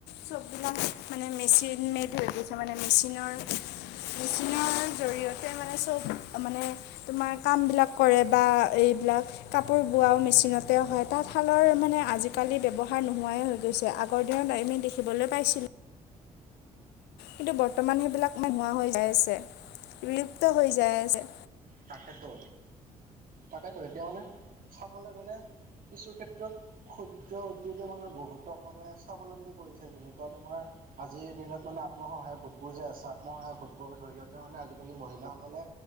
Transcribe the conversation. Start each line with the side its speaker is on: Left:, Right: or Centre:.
Left: চববিলাক মানে মেচিন মেইড হৈ গৈছে মানে মেচিনৰ মেচিনৰ জৰিয়তে মানে চব মানে তোমাৰ কামবিলাক কৰে বা এই বিলাক কাপোৰ বোৱাও মেচিনতে হয় তাঁতশালৰ মানে আজি কালি ব্যৱহাৰ নোহোৱাই হৈ গৈছে আগৰ দিনত আমি দেখিবলৈ পাইছিলো কিন্তু বৰ্তমান সেইবিলাক নোহোৱা হৈ যায় আছে বিলুপ্ত হৈ যায় আছে।
Right: তাকেতো তাকেতো এতিয়া মানে চাবলৈ গ'লে কিছু ক্ষেত্ৰত ক্ষুদ্ৰ উদ্যোগে মানে বহুতক মানে স্বাৱলম্বী কৰিছে যেনেকুৱা তোমাৰ আজিৰ দিনত মানে আত্মসহায়ক গোতবোৰ যে আছে আত্মসহায়ক গোটবোৰৰ জৰিয়তে মানে আজিকালি মহিলাসকলে